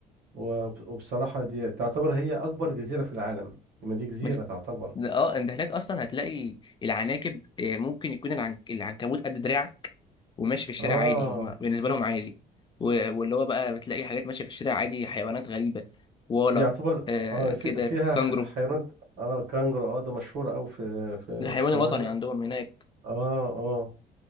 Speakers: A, on the right; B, on the left.
A: وب- وبصراحة دي تعتبر هي أكبر جزيرة في العالم ما دي جزيرة
B: مم.
A: تعتبر
B: ده اه انت هناك اصلا هتلاقي العناكب آه، ممكن يكون العنك... العنكبوت قد دراعك وماشي في الشارع
A: اه
B: عادي هم بالنسبه لهم عادي و... واللي هو بقى بتلاقي حاجات ماشيه في الشارع عادي حيوانات غريبه كوالا
A: يعتبر
B: آه
A: اه في
B: كده
A: فيها
B: كانجرو
A: ح- حيوانات اه كانجر اه ده مشهور أوي في في
B: ده الحيوان
A: أستراليا
B: الوطني عندهم هناك
A: اه اه